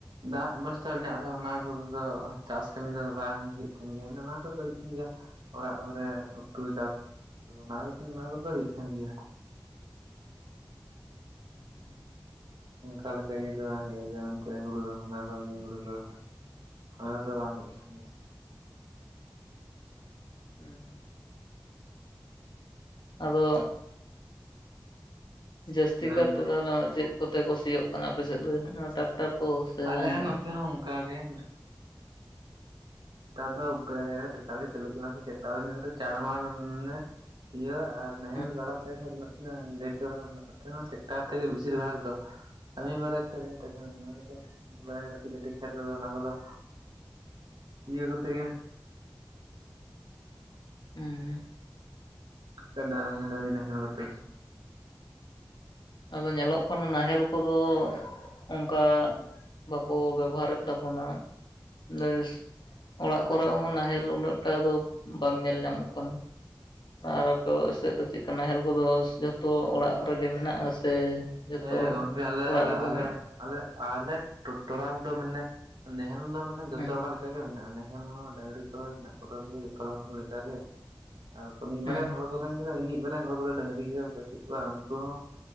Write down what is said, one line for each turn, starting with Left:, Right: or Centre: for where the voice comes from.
Right: ᱫᱟᱜ ᱵᱮᱵᱚᱥᱛᱷᱟ ᱢᱮᱱᱟᱜ ᱨᱮᱦᱚᱸ ᱚᱱᱟ ᱠᱚ ᱫᱚ ᱪᱟᱥ ᱠᱟᱹᱢᱤ ᱫᱚ ᱵᱟᱝ ᱦᱩᱭᱩᱜ ᱛᱟᱦᱮᱱ ᱜᱮᱭᱟ ᱢᱟᱱᱮ ᱚᱱᱟ ᱠᱚᱫᱚ ᱦᱩᱭᱩᱜ ᱠᱟᱱᱱ ᱜᱮᱭᱟ᱾ ᱚᱲᱟᱜ ᱠᱚᱨᱮ ᱩᱛᱩ ᱪᱟᱥ ᱚᱱᱟ ᱠᱚᱛᱮ ᱚᱱᱟ ᱠᱚᱫᱚ ᱦᱩᱭᱩᱜ ᱛᱟᱦᱮᱱ ᱜᱮᱭᱟ᱾
Left: ᱩᱸᱻ
Right: ᱚᱱᱠᱟ ᱞᱮᱠᱟ ᱤᱭᱟᱹ ᱫᱚ ᱵᱟᱝ ᱦᱩᱭᱩᱜᱼᱟ ᱡᱮᱢᱚᱱᱛᱮ ᱦᱩᱲᱩ ᱨᱚᱦᱚᱭ ᱚᱱᱟ ᱠᱟᱹᱢᱤ ᱦᱩᱲᱩ ᱠᱚ ᱨᱚᱦᱚᱭ ᱚᱱᱟ ᱫᱚ ᱵᱟᱝ ᱦᱩᱭᱩᱜ-ᱟ ᱛᱷᱚ ᱱᱤᱭᱟᱹ
Left: ᱦᱩᱸ ᱟᱫᱚ ᱡᱟᱹᱥᱛᱤ
Right: ᱜᱮᱭᱟ
Left: ᱠᱟᱨᱛᱮ ᱛᱟᱦᱚᱞᱮ ᱪᱮᱫ ᱠᱚᱛᱮ ᱠᱚ ᱥᱤᱭᱚᱜ ᱠᱟᱱᱟ ᱟᱯᱮᱥᱮᱫ ᱫᱚ ᱴᱟᱠᱴᱟᱨ ᱠᱚ ᱥᱮ
Right: ᱟᱞᱮ
Left: ᱡᱟᱦᱟᱸ
Right: ᱱᱚᱛᱮ ᱦᱚᱸ ᱚᱱᱠᱟᱜ ᱜᱮ᱾ ᱱᱮᱛᱟᱨ ᱫᱚ ᱯᱮᱲᱟ ᱡᱟᱭᱜᱟ ᱨᱮ ᱴᱨᱟᱠᱟᱨ ᱜᱮ ᱪᱟᱹᱞᱩᱜ ᱠᱟᱱᱟ ᱥᱮ ᱴᱨᱟᱠᱴᱟᱨ ᱫᱚ ᱱᱟᱨ ᱪᱟᱲᱢᱟᱲ ᱢᱟᱱᱮ ᱤᱭᱟ. ᱟᱨ ᱱᱟᱦᱮᱞ
Left: ᱦᱩᱸ
Right: ᱜᱟᱰᱟ ᱛᱮ ᱠᱷᱟᱱ ᱱᱟᱥᱮᱱᱟᱜ ᱞᱮᱴᱚᱜᱼᱟ ᱱᱛᱮ ᱦᱚᱸ ᱴᱮᱠᱴᱟᱨ ᱛᱮᱜᱮ ᱵᱤᱥᱤᱨ ᱵᱷᱟᱜ ᱫᱚ᱾ ᱠᱟᱹᱢᱤ ᱵᱟᱨᱟ ᱠᱷᱮᱛ ᱠᱚ ᱠᱟᱹᱴᱤᱡ ᱠᱟᱹᱴᱤᱡ ᱠᱷᱮᱛ ᱠᱚᱫᱚ ᱚᱱᱟ ᱠᱚᱫᱚ ᱤᱭᱟᱹ ᱠᱚᱛᱮ ᱜᱮ
Left: ᱦᱩᱸ
Right: ᱮᱠᱮᱱ ᱰᱟᱝᱨᱟ-ᱰᱟᱝᱨᱤ ᱱᱟᱦᱮᱞ ᱠᱚᱛᱮ
Left: ᱟᱫᱚ ᱧᱮᱞᱚᱜ ᱠᱟᱱᱟ ᱱᱟᱦᱮᱞ ᱠᱚᱫᱚ ᱚᱱᱠᱟ ᱵᱟ ᱠᱚ ᱵᱮᱵᱚᱦᱟᱨᱮᱫ ᱛᱟᱵᱚᱱᱟ <inaudible> ᱚᱲᱟᱜ ᱠᱚᱨᱮ ᱦᱚᱸ ᱱᱟᱦᱮᱞ ᱩᱱᱟᱹᱜ ᱴᱟ ᱫᱚ ᱵᱟᱝ ᱧᱮᱞ ᱧᱟᱢᱚᱜ ᱠᱟᱱᱟ᱾ ᱟᱨ ᱟᱯᱮ ᱥᱮᱫ ᱫᱚ ᱪᱮᱫ ᱠᱟ ᱱᱟᱦᱮᱞ ᱠᱚᱫᱚ ᱡᱷᱚᱛᱚ ᱚᱲᱟᱜ ᱨᱮᱜᱮ ᱢᱮᱱᱟᱜ ᱥᱮ? ᱡᱷᱚᱛᱚ
Right: ᱦᱮᱸ ᱜᱚᱝᱠᱮ ᱟᱞᱮ
Left: ᱚᱲᱟᱜ
Right: ᱟᱞᱮ
Left: ᱨᱮᱫᱚ
Right: ᱟᱞᱮ ᱟᱞᱮ ᱟᱞᱮ ᱴᱚᱼᱴᱚᱞᱟ ᱨᱮᱫᱚ ᱢᱟᱱᱮ ᱱᱟᱮᱦᱮᱞ ᱫᱚ ᱢᱟᱱᱮ ᱡᱚᱛᱚ
Left: ᱦᱮᱸ
Right: ᱦᱚᱲᱟᱜ ᱞᱮᱠᱟ ᱜᱮ ᱢᱮᱱᱟᱜᱼᱟ ᱱᱟᱦᱮᱞ ᱦᱚᱸ ᱰᱟᱝᱝᱨᱤ ᱠᱚᱦᱚᱸ ᱢᱮᱱᱟᱜ ᱠᱚ ᱛᱟᱞᱮᱭᱟ ᱡᱚᱛᱚ ᱦᱚᱲ ᱞᱮᱠᱟᱜ ᱜᱮ᱾ ᱟᱨ ᱢᱤᱫ
Left: ᱦᱮᱸ
Right: ᱵᱟᱨᱭᱟ ᱦᱚᱲ ᱠᱚᱨᱮᱱ ᱜᱮ ᱢᱤᱫ ᱵᱟᱨᱭᱟ ᱦᱚᱲ ᱠᱚᱨᱮ ᱰᱟᱝᱝᱨᱤ ᱠᱚ ᱵᱪᱩᱜ ᱠᱚᱣᱟ ᱩᱱᱠᱩ ᱦᱚᱸ